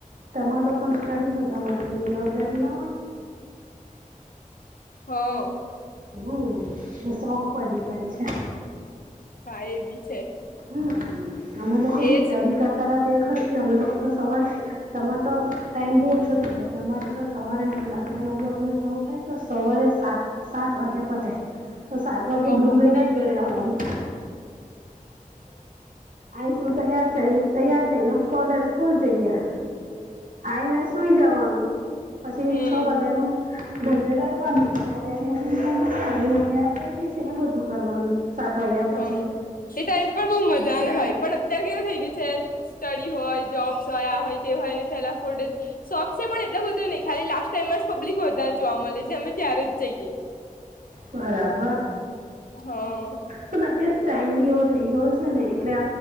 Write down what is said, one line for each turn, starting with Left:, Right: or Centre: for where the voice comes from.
Right: તમાર લોકો સ્ટડી હોય તમારે ઘરની જવાબદારી ના હોય?
Left: હઓ.
Right: હમ્મ, એ શોખ પર ડીપેન છે.
Left: હા, એ બી છે.
Right: હમ્મ, અમે લોકો બી
Left: એજ
Right: સ્ટડી કરતા હતા તે વખત અમે લોકો તો સવાર તમારે તો ટાઈમ બહુ ઓછો થઈ ગયો છે અમારે તો સવારે રાત્રે નવ વાગ તેમ ઘણું થાય તો સવારે સાત સાત વાગે પતે તો સાત વાગે
Left: ઓહો
Right: દૂધ
Left: હ
Right: લઈને જ ઘરે આવાનું. આહી શું તૈયાર થ તૈયાર થને કોલેજ ખુલ જઈયા આઈયા સુઈ જવાનું પછી
Left: હમ
Right: છ વાગ્યા નું ધંધે લાગવાનું ત્યાં જ્યાંને સુધી તને ત્યાં અહીંયા જે પેરવી છે એ બધું કરવાનું સાત
Left: હા
Right: વાગ્યા પછી.
Left: એ ટાઈમ પર બહુ મજા ન હોય પણ અત્યારે કેવું થઈ ગયું છે સ્ટડી હોય જોબ્સ હોય આ હોય તે હોય ને પેલા ફોર ડેઝ શોખ છે પણ એટલો બધો નહીં ખાલી લાસ્ટ ટાઈમમાં જ પબ્લિક વધારે જોવા મળે એટલે અમે ત્યારે જ જઈએ.
Right: બરાબર.
Left: હા.
Right: પણ અત્યારે ટાઈમ બી એવો થઈ ગયો છે ને એટલે